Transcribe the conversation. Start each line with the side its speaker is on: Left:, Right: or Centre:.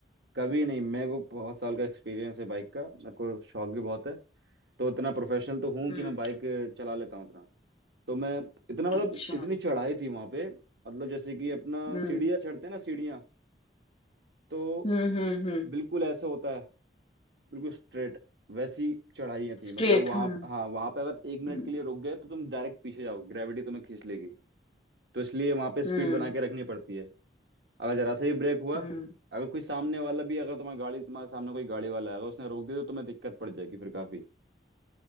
Right: कभी नहीं मेरे को बहुत साल का एक्सपीरियंस है बाइक का मेरे को शौक भी बहुत है तो इतना प्रोफेशनल तो हूँ
Left: हम्म
Right: कि मैं बाइक चला लेता हूँ इतना तो मैं इतना मतलब
Left: अच्छा
Right: इतनी चढ़ाई थी वहां पे मतलब जैसे कि अपना
Left: हम्म
Right: सीढ़ियाँ चढ़ते हैं ना सीढ़ियाँ तो
Left: हम्म हम्म हम्म
Right: बिल्कुल ऐसे होता है बिल्कुल स्ट्रेट वैसी चढ़ाइयाँ थी
Left: स्ट्रेट
Right: मतलब वहां
Left: हम्म
Right: हाँ वहां पे अगर एक मिनट
Left: हम्म
Right: के लिए रुक गए तो तुम डायरेक्ट पीछे जाओ ग्रेविटी तुम्हें खींच लेगी तो इसलिए वहां पे स्पीड
Left: हम्म
Right: बना के रखनी पड़ती है अगर जरा सा ही ब्रेक हुआ
Left: हम्म।
Right: अगर कोई सामने वाला भी अगर तुम्हारी गाड़ी तुम्हारे सामने कोई गाड़ी वाला है अगर उसने रोक दिया तो तुम्हें दिक्कत पड़ जाएगी फिर काफी